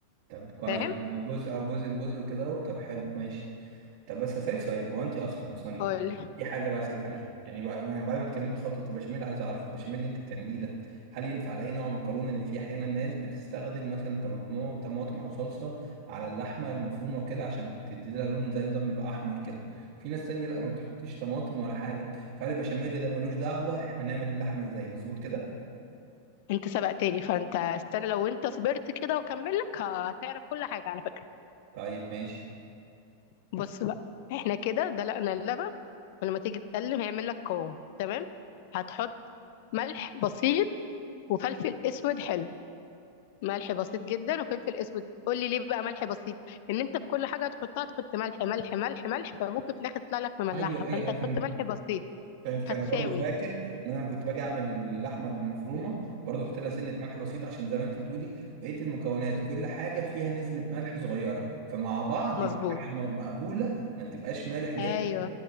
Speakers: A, on the right (about 50°); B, on the left (about 50°).
A: طب كويس
B: فاهم
A: يعني جزء او جزء بجزء وكده اهو طب حلو ماشي طب بس هسألك سؤال هو انت اصلا ثانية
B: قول
A: دي حاجة بقى اسألك عليها يعني بقى ما- بعد ما تكملي خلطة البشاميل عايز اعرف البشاميل اللي انت بتعمليه ده هل ينفع على اي نوع مكرونة لان في احيانا ناس بتستخدم مثلا طماطم طماطم او صلصة على اللحمة المفرومة وكده عشان تدي لها لون زي نظام يبقى احمر كده في ناس تانية لا ما بتحطش طماطم ولا حاجة فهل البشاميل ده ملوش دعوة احنا نعمل اللحمة ازاي مظبوط كده
B: انت سبقتني فانت استنى لو انت صبرت كده وكملك هتعرف كل حاجه على فكره
A: طيب ماشي
B: بص بقى احنا كده دلقنا اللبن ولما تيجي تقلم هيعمل لك قوام تمام هتحط ملح بسيط وفلفل اسود حلو ملح بسيط جدا وفلفل اسود قول لي ليه بقى ملح بسيط ان انت في كل حاجه هتحطها تحط ملح ملح ملح ملح فممكن في الاخر تطلع لك مملحه
A: ايوه ايوه
B: فانت
A: ايوه
B: هتحط
A: فهمت
B: ملح بسيط
A: فهمتك
B: فتساوي
A: انا برضو فاكر ان انا لما كنت باجي اعمل اللحمه المفرومه برضو احط لها سنه ملح بسيط عشان زي ما انت بتقولي بقيه المكونات كل حاجه فيها نسبه ملح صغيره فمع بعض
B: مظبوط
A: يبقى حاجه م- مقبوله ما تبقاش مالح جدا
B: ايوه